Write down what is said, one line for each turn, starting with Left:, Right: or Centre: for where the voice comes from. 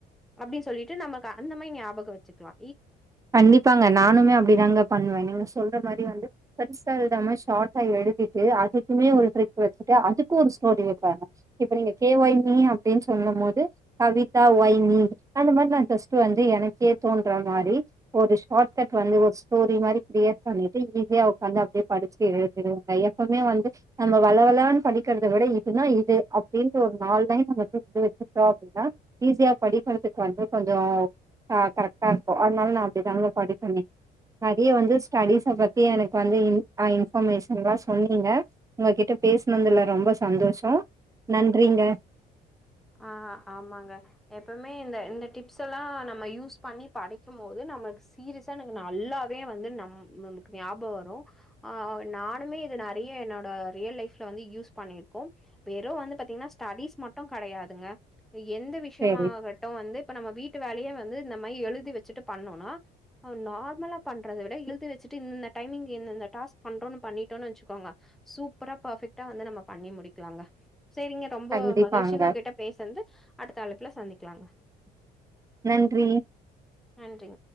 Centre: அப்டி சொல்லிட்டு நமக்கு அந்த மாரி ஞாபக வச்சுக்லா
Right: கண்டிப்பாங்க நானுமே அப்டிதாங்க பண்ணுவே நீங்க சொல்ற மாரி வந்து பெருசா எழுதாம ஷார்டா எழுதிட்டு அதுக்குமே ஒன்னு போட்டு வச்சுட்டு அதுக்கு ஒரு ஸ்டோரி வப்பாங்க இப்ப நீங்க கே ஒய் மி அப்டின் சொல்லும்மோது கவிதா ஒய் மி அந்த மாரி நா ஜஸ்ட்டு வந்து எனக்கே தோன்ற மாரி ஒரு ஷார்ட் கட் வந்து ஒரு ஸ்டோரி மாரி கிரியேட் பண்ணிட்டு ஈஸியா உக்காந்து அப்டியே படிச்சு எழுதிடுவேங்க எப்பவ்மே வந்து நம்ம வழவழான் படிக்கிறத விட இதுனா இது அப்டின்ட்டு ஒரு நாலு லைன் நம்ம புருஞ்சு வச்சுட்டோ அப்டின்னா ஈஸியா படிக்கற்துக்கு வந்து கொஞ்சோ ஆ கரெக்டா இருக்கு அதுனால நா இப்டி தாங்க படிப்பனே நெறைய வந்து ஸ்டடிஸ பத்தி எனக் கு வந்து ஆ இன்ஃபர்மேஷன்லா சொன்னீங்க உங்ககிட்ட பேசுனதுல ரொம்ப சந்தோஷொ நன்றிங்க
Centre: அ ஆமாங்க எப்பமே இந்த இந்த டிப்ஸ் எல்லா நம்ம யூஸ் பண்ணி படிக்கும் போது நம்மளுக் சீரியஸா எனக்கு நல்லாவே வந்து நம் நமக்கு ஞாப வரு ஆ நானுமே இது நெறைய என்னோட ரியல் லைஃப்ல வந்து யூஸ் பண்ணிருக்கோ வெறு வந்து பாத்தீங்னா ஸ்டடீஸ் மட் டு கடையாதுங்க எந்த விஷ்யமாகட்டு
Right: சேரி
Centre: வந்து இப்ப நம்ம வீட்டு வேலையே வ ந்து இந்த மாரி எழுதி வச்சுட்டு பண்ணோனா நார்மலா பண்றத விட எழுதி வச்சிட்டு இந்த டைமிங் இந்தந்த டாஸ்க் பண்றோனு பண்ணிட்டோன் வச்சுக்கோங்க சூப்பரா பர்ஃபெக்ட்டா வந்து நம்ம பண்ணி முடிக்கலாங்க சேரிங்க ரொம்ப
Right: கண்டிப்பாங்க
Centre: மகிழ்ச்சி உங்க கிட்ட பேசன்து அடுத்த அழைப்புல சந்தி <unintelligible>
Right: நன்றி
Centre: நன்றிங்க